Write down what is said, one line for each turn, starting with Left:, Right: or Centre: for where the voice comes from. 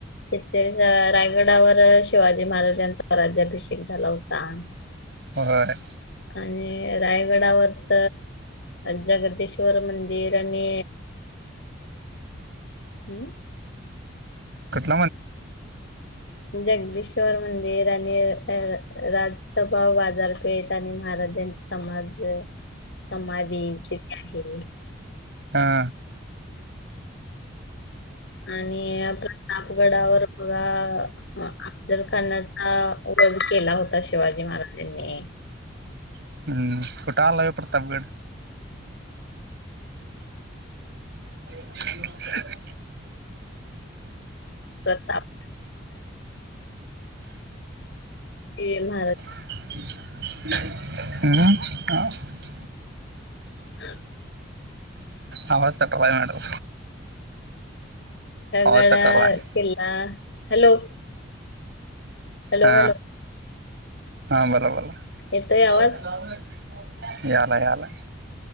Left: ते रायगडावर शिवाजी, महाराजांचा राज्याभिषेक झाला होता. ह.
Right: होय.
Left: आणि रायगडावरच जगदेश्वर मंदिर आणि हम्म
Right: कु ठ
Left: जगदीश्वर मंदिर आणि राजसभा बाजारपेठ आणि महाराजांची समाज समाधी तिथे आहे.
Right: हा
Left: आणि प्रतापगडावर बघा अफजलखानाचा वध केला होता शिवाजी महाराजांनी
Right: हम्म. कुठं आला ह्यो प्रतापगड ह
Left: प्रताप. हे महाराज
Right: हम् ह का <inaudible>
Left: ह
Right: आवाज तट बाय मॅडव आवाज
Left: गळा
Right: तटलाय
Left: किल्ला हॅलो. हॅलो
Right: हा
Left: हॅलो
Right: हा बोला बोला.
Left: येतोय आवाज
Right: याला याला